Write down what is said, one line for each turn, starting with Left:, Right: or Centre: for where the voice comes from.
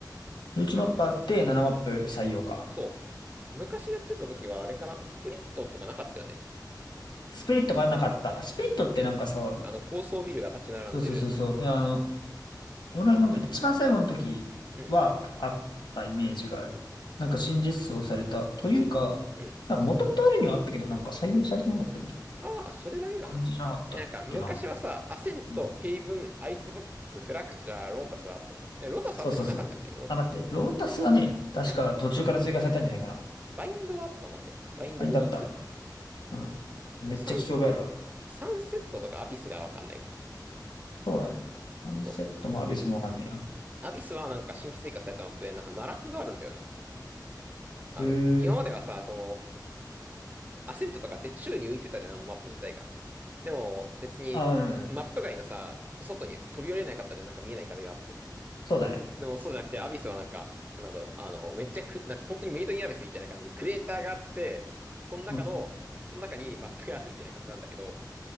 Left: 11マップあって7マップ採用か。
Right: あれかなそう。昔やってた時はあれかなスプリットとかなかったよね。
Left: スピリットがなかった。スピリットってなんかさ、
Right: あの高層ビルが立ち並んでる。
Left: そうそうそうそう。あの、俺なんか一番最後の時はあったイメージがある。
Right: うん、
Left: なんか新実装された。というか、
Right: うん。
Left: なんか元々あるにはあったけど、なんか採用されてなかったみたいな
Right: ああ、それだけかな。
Left: 感じじゃなかったっけな。
Right: え、なんか昔はさ、アセント、
Left: うん。
Right: ヘイブン、アイスボックス、フラクチャー、ロータスあったじゃん。え、ロータスあったっけなかったっけロータス。
Left: そうそうそう。あ、待って。ロータスはね、確か途中から追加されたんじゃないかな。
Right: ないか。バインドはあったもんね。バインドブリーズ。
Left: ファインだった。
Right: だか
Left: うん。めっちゃ聞き覚えあるわ。
Right: らサンス、サンセットとかアビスがわかんないかな。
Left: そうだね。サンセットもアビスもわかんねえや。
Right: そう。アビスはなんか新規追加されたマップでなんか奈落があるんだよね。あの、
Left: うーん。
Right: 今まではさ、その、アセントとかで宙に浮いてたじゃん、あのマップ自体が。でも別にマップ外のさ、
Left: あ、うん。
Right: 外に飛び降りれなかったじゃん、なんか見えない壁があって。
Left: そうだね。
Right: でもそうじゃなくて、アビスはなんか、なんだろう、あの、めっちゃく、なんか本当にメイドインアビスみたいな感じでクレーターがあって、その中の、
Left: うん
Right: その中にマップがあるみたいな感じなんだけど、